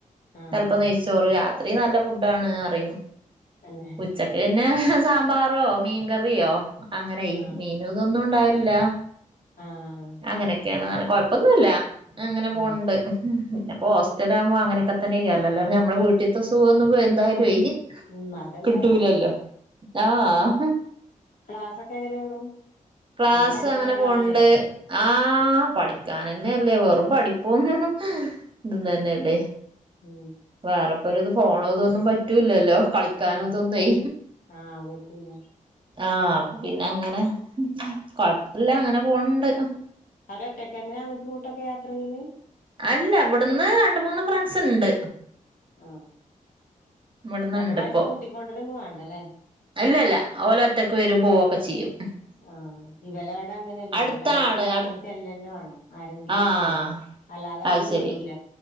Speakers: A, on the left; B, on the right.
A: ആഹ്
B: ചെൽപ്പം
A: അങ്ങനെ
B: നെയ്ച്ചോറ്‌ രാത്രി നല്ല ഫുഡാണ് അറിയും
A: അങ്ങനെ
B: ച്ചക്ക്‌ന്നെ ഹ സാമ്പാറോ മീൻകറിയോ അങ്ങനെയി
A: ആഹ്
B: മീ ഇതൊതെന്നും ഉണ്ടാവില്ല
A: ആഹ്
B: അങ്ങനെയൊക്കെയാണ് കൊഴപ്പൊന്നുല്ല അങ്ങനെ പോണ്ട്
A: ആഹ്
B: പിന്നിപ്പോ ഹോസ്റ്റലാമ്പോ അങ്ങനൊക്കെ തന്നെയാലെ നമ്മളെ വീട്ടിത്തെ സുഖോന്നും എന്തായിലും അയിന്
A: ഉം അതെന്താ
B: ട്ടൂല്ലല്ലോ ആഹ്
A: ക്ലാസൊക്കെ എങ്ങനെ പോണു
B: ക്ലാസ്
A: നല്ല പഠിക്കാണ്ടാവൂലേ
B: അങ്ങനെ പോണ്ട് ആ ആഹ് പഠിക്കാനന്നെല്ലെ വെറും പഠിപ്പും ഇതും തന്നെല്ലേ
A: മ്
B: വേറെപ്പോര്ത് ഫോണോതൊന്നും പറ്റൂലല്ലോ കളി ക്കാനും
A: ആഹ്
B: ഇതൊന്നുവേ
A: ആഹ് പറ്റൂല
B: ആഹ് പിന്നെ അങ്ങനെ കൊഴപ്പില്യ അങ്ങനെ പോണ്ട്
A: അവര് ഒറ്റക്കന്ന്യ അങ്ങോട്ടും ഇങ്ങോട്ടുക്കെ യാത്രയ്യെല്
B: അല്ല ഇവിടുന്ന് രണ്ട് മൂന്ന് ഫ്രണ്ട്സിണ്ട്
A: ആഹ്
B: ഇവിടന്ന്
A: ഞമ്മളാരും
B: ഇണ്ടിപ്പോ
A: കൂട്ടിക്കൊണ്ടരൊന്നും വേണ്ടല്ലേ
B: അല്ലല്ല ഓല് ഒറ്റക്ക് വരും പോവ്വോക്കെ ചെയ്യും
A: ആഹ് ഇവല് അവടെ അങ്ങനെയല്ല
B: അടുത്താണ്
A: ഇവലടുക്ക് അമ്മള്
B: അടു
A: ചെല്ലന്നേ വേണം ആരെങ്കിലും
B: ആഹ്
A: പോണം അല്ലാതെ അവര്
B: അത്
A: വിടൂല
B: ശരി